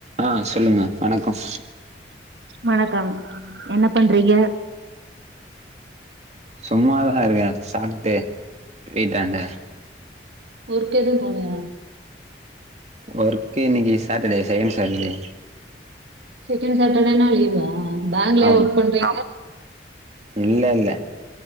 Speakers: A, on the right; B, on the right.
A: ஆ சொல்லுங்க வணக்கம்
B: வணக்கம் என்ன பண்றீங்க
A: சும்மாதான இருக்கே சாப்ட்டு வீட்டாண்ட
B: ஒர்க்கெதுவு போலயா
A: ஒர்க்கு இன்னிக்கு சாட்டர்டே செகண்ட் சாட்டர்டே
B: செகண்ட் சாட்டர்டேனா லீவா பேங்க்லயா
A: ஆமா
B: ஒர்க் பண்றீங்க
A: இல்ல இல்ல